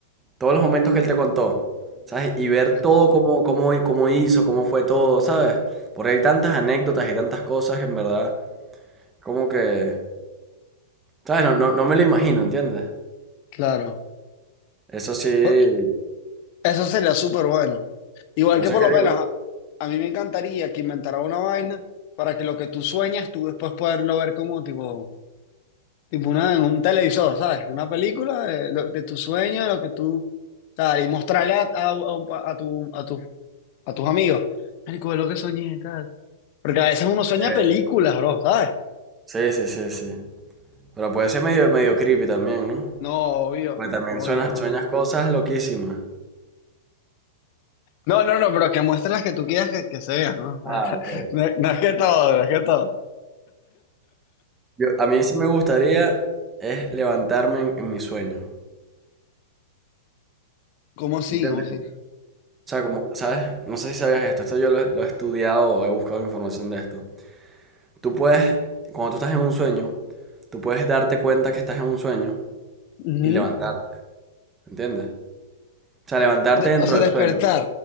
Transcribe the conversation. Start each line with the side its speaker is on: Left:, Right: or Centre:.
Right: todos los momentos que él te contó, ¿sabes? Y ver
Left: Eh,
Right: todo cómo, cómo, cómo hizo, cómo fue todo, ¿sabes? Porque hay tantas anécdotas y tantas cosas que en verdad, como que, ¿sabes? No, no, no me lo imagino, ¿entiendes?
Left: Claro.
Right: Eso sí,
Left: Por- eso sería súper bueno. Igual
Right: por
Left: que
Right: eso
Left: por
Right: es que
Left: lo
Right: digo.
Left: menos a, a mí me encantaría que inventara una vaina para que lo que tú sueñas, tú después poderlo ver como tipo, tipo una, en un televisor, ¿sabes? Una película de, lo- de tu sueño, de lo que tú, tal, y mostrarle a, a, a un pa- a tu, a, tu- a tus amigos. Marico, ve lo que soñé, tal. Porque a veces uno sueña
Right: eh,
Left: películas, bro, ¿sabes?
Right: sí, sí, sí, sí. Pero puede ser medio, medio creepy también, ¿no?
Left: No, obvio,
Right: Porque también
Left: obvio,
Right: suenas,
Left: obvio.
Right: sueñas cosas loquísimas.
Left: No, no, no, pero que muestres las que tú quieras que, que se vean, ¿no? <laughs>
Right: Ah, ok.
Left: No, es no es que todo, no es que todo.
Right: Yo, a mí sí me gustaría es levantarme en, en mi sueño.
Left: ¿Cómo sí?
Right: ¿Entiendes?
Left: ¿Cómo sí?
Right: O sea, como, ¿sabes? No sé si sabías esto. Esto yo lo, lo he estudiado o he buscado información de esto. Tú puedes, cuando tú estás en un sueño, tú puedes darte cuenta que estás en un sueño
Left: Ujú.
Right: y levantarte. ¿Entiendes? O sea, levantarte
Left: De-
Right: dentro
Left: o sea,
Right: del
Left: despertar.
Right: sueño.